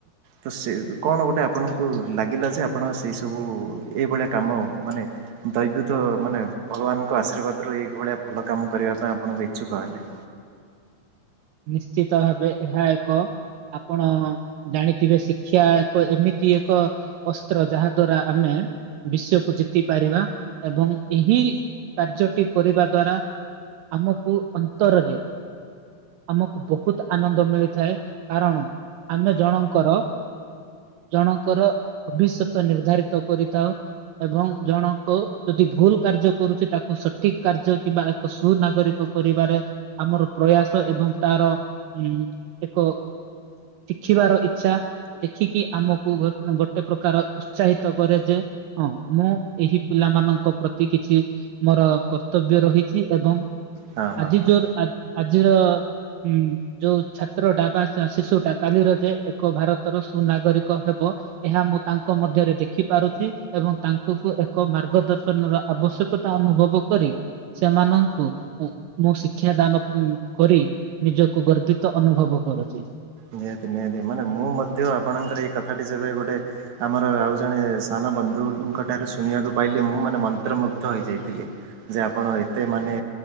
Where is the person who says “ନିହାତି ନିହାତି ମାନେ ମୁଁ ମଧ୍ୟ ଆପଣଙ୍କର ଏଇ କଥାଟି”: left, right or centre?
Right